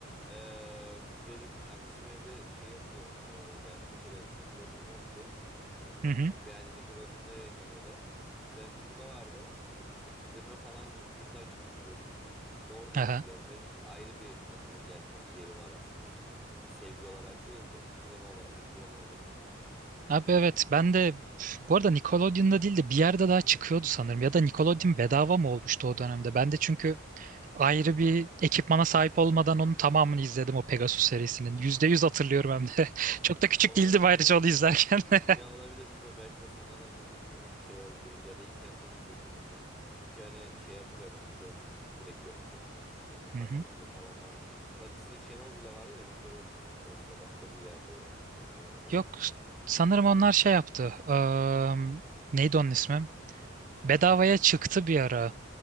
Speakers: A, in the centre; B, on the right.
A: Ee, kuzenim yani bizim evde şey yoktu. Ee, yani Nickel Nickelodeon yoktu.
B: Hı hı.
A: Ve yani Nickelodeon'da yayınlanıyordu. Kuzenimde vardı. İşte kuzenime falan gittiğimde açıp izliyorduk. İşte oradan
B: Aha.
A: hatırlıyorum. Benim için ayrı bir nokta yani no- yeri var aslında o çizgi Yani sevgi olarak değil de izleme olarak, hatırlama olarak.
B: Abi evet ben de bu arada Nickelodeon'da değil de bir yerde daha çıkıyordu sanırım. Ya da Nickelodeon bedava mı olmuştu o dönemde? Ben de çünkü
A: Bilmiyorum.
B: ayrı bir ekipmana sahip olmadan onun tamamını izledim o Pegasus serisinin. yüzde
A: Hı.
B: yüz hatırlıyorum hem de. <laughs> Çok da küçük
A: Olabilir
B: değildim ayrıca
A: yani.
B: onu izlerken.
A: <laughs>
B: <laughs>
A: Ya olabilir bilmiyorum. Belki de sonradan dediğin gibi link- şey oldu. Ya da internetten izledim bilmiyorum. Çünkü hani şey hatırlıyorum ben Nickelodeon bizde direkt yoktu. Hani Cartoon
B: Hı hı.
A: Network falan vardı. Hatta Disney Channel bile vardı da Nickelodeon yoktu. O sıra başka bir yerde herhalde telifi vardı
B: Yok sanırım onlar şey yaptı. Am, neydi onun ismi? Bedavaya çıktı bir ara.